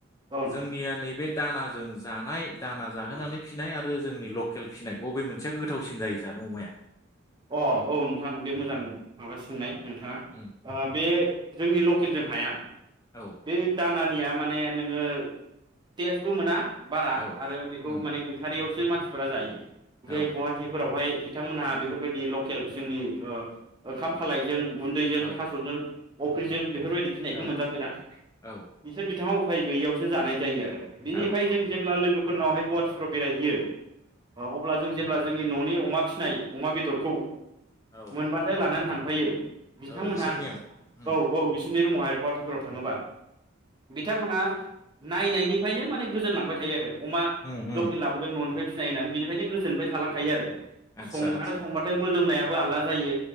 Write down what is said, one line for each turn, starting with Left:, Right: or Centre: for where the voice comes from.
Right: औ नोंथां
Left: जोंनिया नैबे दानाजों जानाय दाना जाहोनानै
Right: औ
Left: फिसिनाय आरो- बो जोंनि लकेल फिसिनाय बबे मोनसेया गोथावसिन जायो जानो अमाया?
Right: अ औ नोंथां बे मोजां माबा सोंनाय नोंथाङा
Left: उम
Right: ओ बे जोंनि <unintelligible> जों हाया।
Left: औ
Right: बे दा खानिया माने नोङो टेस्बो मोना। बारा
Left: औ
Right: आरो बेखौ
Left: उम
Right: माने गैथारियाव मानसिफोरा जायो।
Left: औ
Right: जै गुवाहाटिफोरावहाय बिथांमोनहा बेफोरबायदि लकेल जोंनि ओ ओंखाम खालायजों गुन्दैजों
Left: औ औ
Right: थास'जों अफ्रिजों बेफोरबायदि फिनायखौ
Left: औ
Right: मोनजाफेरा
Left: औ
Right: बिसोर बिथाङा उफाय गैयियावसो जानाय जायो आरो। बिनिफ्राय
Left: औ औ
Right: जों जेब्ला लोगोफोरनावहाय स्पर्ट्सफ्राव बेरायहैयो अ अब्ला जों जे अब्ला जोंनि न'नि अमा फिसिनाय अमा बेदरखौ
Left: औ
Right: मोनबाथाय लानानै थांगोन। ओमफयो बिथांमोनहा
Left: औ बिसोरनियाव उम
Right: औ औ बिसोरनि रुमावहाय गुवा सफोराव थाङोबा बिथांमोनहा नायनायनिफ्रायनो माने गोजोनलांबाय थायो आरो। अमा
Left: उम उम
Right: लकेल लाबोदों न'निफ्राय जायो नालाय बेनिफ्रायनो गोजोनबाय थालांखायो आरो।
Left: आदसा
Right: सं
Left: आदसा
Right: आरो संबाथाय मोदोमनायाव आलादा जायो